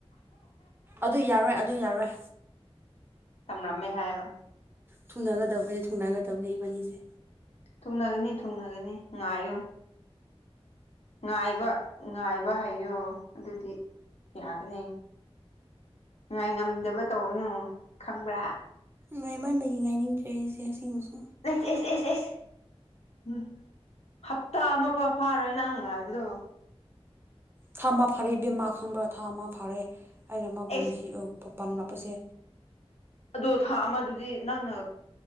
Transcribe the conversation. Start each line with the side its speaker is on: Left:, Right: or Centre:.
Right: ꯑꯗꯨ ꯌꯥꯔꯣꯏ ꯑꯗꯨ ꯌꯥꯔꯣꯏ
Left: ꯇꯝꯔꯝꯃꯦ ꯍꯥꯏꯌꯣ
Right: ꯊꯨꯅꯒꯗꯕꯅꯦ ꯊꯨꯅꯒꯗꯕꯅꯦ ꯏꯕꯅꯤꯁꯦ
Left: ꯊꯨꯡꯅꯒꯅꯤ ꯊꯨꯡꯅꯒꯅꯤ ꯉꯥꯏꯌꯨ ꯉꯥꯏꯕ ꯉꯥꯏꯕ ꯍꯥꯏꯌꯣ ꯑꯗꯨꯗꯤ ꯌꯥꯒꯅꯤ ꯉꯥꯏꯉꯝꯗꯕ ꯇꯧꯒꯅꯨ ꯈꯪꯕ꯭ꯔꯥ
Right: ꯉꯥꯏ ꯏꯃꯥꯟꯕꯒꯤ ꯉꯥꯏꯅꯤꯡꯗ꯭ꯔꯦ ꯑꯩꯁꯦ ꯑꯁꯦꯡꯕꯁꯨ
Left: ꯢꯁ ꯢꯁ ꯢꯁ ꯢꯁ ꯎꯝ ꯍꯞꯇꯥ ꯑꯃꯐꯥꯎ ꯐꯥꯔꯣꯏ ꯅꯪ ꯉꯥꯏꯕꯗꯣ
Right: ꯊꯥ ꯑꯃ ꯐꯥꯔꯦ ꯕꯦꯃꯥ ꯈꯪꯕ꯭ꯔꯥ ꯊꯥ ꯑꯃ ꯐꯥꯔꯦ ꯑꯩꯅ ꯃꯥꯕꯨ
Left: ꯑꯦꯁ
Right: ꯅꯨꯡꯁꯤ ꯄꯥꯝꯂꯞꯄꯁꯦ
Left: ꯑꯗꯣ ꯊꯥ ꯑꯃꯗꯨꯗꯤ ꯅꯪꯅ